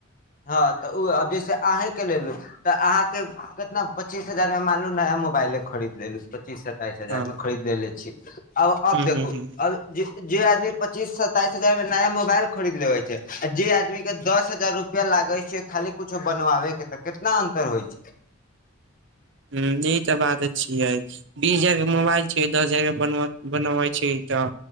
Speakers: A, on the left; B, on the right.
A: हँ तऽ ओब जैसे अहेंके लेल। तऽ अहाँ। कतना पच्चीस हजार। माललू नय मोाइल खरीद लेललु पच्चीस ह। तइस हजार
B: हँ
A: मे खरीद ले छी आब अब
B: ह
A: देखू
B: ह ह
A: अब जे। जे आदी पच्चीस सतताइस हजार मे नय मोबाइल खरीद लेबे छै आ जे आदमी के दस हजार रुपआ लागे छै खाली कुछो बनवाबे के तऽ कितना अंतर होइ छै
B: ह यह तऽ बात अ छिय है बीस हजार के मोबाइल छओ द हजार बनब बनबै छी तऽ